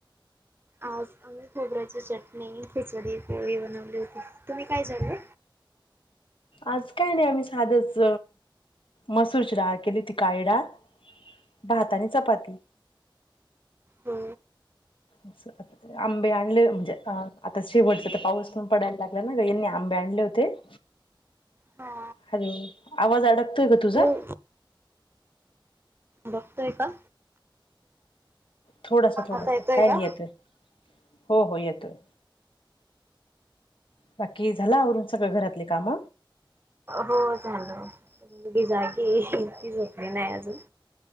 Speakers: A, on the right; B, on the left.
A: आज आम्ही खोबऱ्याची चटणी खिचडी पोळी बनवली होती तुम्ही काय जेवला
B: आज काय नाही आम्ही साधच मसूरची डाळ केलीती काळी डाळ भात आणि चपाती
A: हू
B: <inaudible> आंबे आणले म्हणजे आता शेवटचा तर पाऊस पण पडायला लागला ना ग यांनी आंबे आणले होते <inaudible>
A: हा
B: हॅलो आवाज अडकतोय का तुझा
A: हो बघतोय का
B: थोडंसं थोडंसं
A: आता
B: काय नाही
A: का?
B: येतोय हो हो येतोय बाकी झाल आवरून सगळ घरातली काम
A: हो झाल मुलगी जागिये ती झोपली नाही अजून